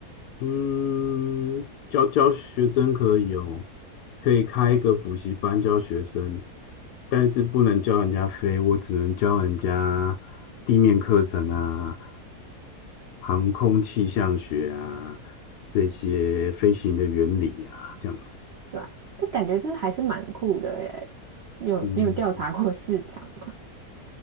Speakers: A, on the left; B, on the right.
A: 嗯，教教学生可以哦，可以开一个补习班教学生，但是不能教人家飞，我只能教人家地面课程啊、航空气象学啊这些飞行的原理啊，这样子。
B: 对啊，但感觉这还是蛮酷的耶。你有你有调查过市场吗？
A: 嗯，